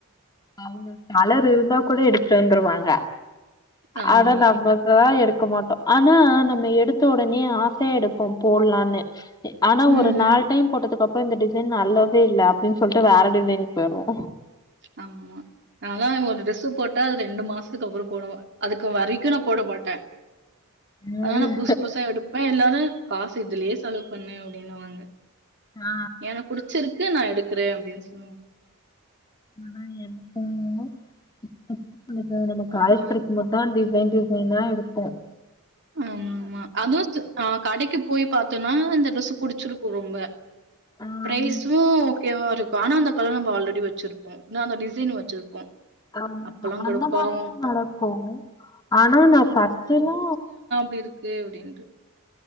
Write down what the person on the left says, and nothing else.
அவுங்க கலர் இருந்தா கூட எடுத்துட் வந்துருவாங்க
ஆனா நம்மதா எடு க்க மாட்டோ ஆனா நம்ம எடுத்த ஒடனே ஆசயா எடுப்போ போட்லானு ஆனா
ஒரு நாலு டைம் போட்டதுக்குப் இப்ப இந்த டிசைன் நல்லாவே இல்ல அப்டின் சொல்ட்டு வேற டிசைனுக் போயிர்வோ
ம்.
ஆ
ஆனா எனக்கு <unintelligible> ஆ நம காலேஜ்
படிக்கும் போதான்டி வேண்டிதுன்னா எடுப்போம்
ம்
ஆமா
அந்த
மாரியு நடக்கு ஆனா நா ஃபஸ்ட்டல்லா